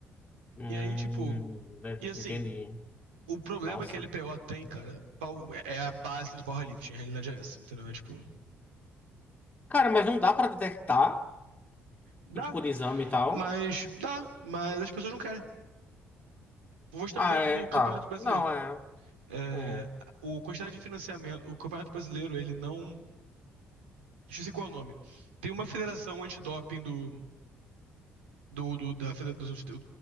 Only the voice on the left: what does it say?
Hum,
entendi.
Nossa.
Cara, mas não dá pra detectar,
tipo, por exame e tal.
Ah,
é,
tá.
Não, é.
Hum.